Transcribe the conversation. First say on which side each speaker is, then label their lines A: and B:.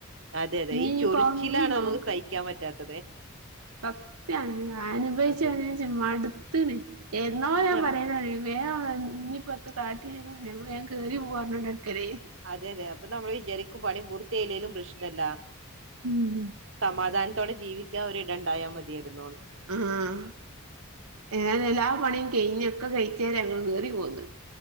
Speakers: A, on the right (about 55°); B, on the right (about 80°).
A: അതെ അതെ
B: ഇനി
A: ഈ
B: ഇനിയിപ്പോ
A: ചൊറിച്ചിലാണ്
B: ഒന്നും നോക്ക്
A: നമുക്ക് സഹി ക്ക്യാൻ പറ്റാത്തതേ
B: സത്യാണ്. അനുഭവിച്ച്,
A: അതെ
B: അനുഭവിച്ച്, മടുത്തിണ്. എന്നോ ഞാൻ
A: ആഹ്
B: പറയലൊടങ്ങിണ്. വേം ഇഞ്ഞിപ്പെത്തും കാട്ടില്ലെലും ഞമ്മള് വേം കേറി പോവാർഞ്ഞാണ്ടട്ക്കലേനി
A: അതെ അതെ അപ്പൊ നമ്മള് വിജാരിക്കും പണി പൂർത്തിയായില്ലേലും പ്രശ്നല്ലാന്ന്
B: ഉം
A: സമാധാൻത്തോടെ ജീവിക്കാം ഒരിടം ണ്ടായാ മതിയേര്ന്നൂന്ന്
B: ആഹ് ഏതായാലും എല്ലാ പണിയും കെയ്ഞ്ഞ് ഒക്കെ കയ്ച്ചാരെ ഞങ്ങള് കേറി പോന്നെ